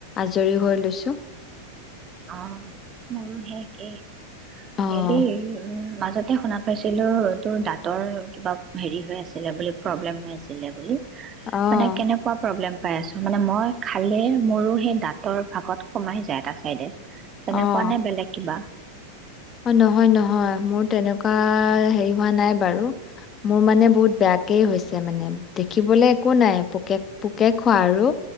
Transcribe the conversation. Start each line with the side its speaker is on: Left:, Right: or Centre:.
Left: আজৰি হৈ লৈছোঁ।
Right: অ', মোৰো হেই একেই
Left: অ'
Right: হেৰি মাজতে শুনা পাইছিলো, তোৰ দাঁতৰ কিবা হেৰি হৈ আছিলে বুলি প্ৰব্লেম হৈ আছিলে বুলি।
Left: অ'
Right: মানে কেনেকুৱা প্ৰব্লেম? পাই আছো, মানে মই খালে মোৰো সেই দাঁতৰ ফাঁকত সোমাই যায় এটা চাইদে। তেনেকুৱা
Left: অ'
Right: নে বেলেগ কিবা?
Left: অ', নহয়, নহয় মোৰ তেনেকুৱা হেৰি হোৱা নাই বাৰু মোৰ মানে বহুত বেয়াকেই হৈছে মানে দেখিবলে একো নাই পোকে পোকে খোৱা আৰু।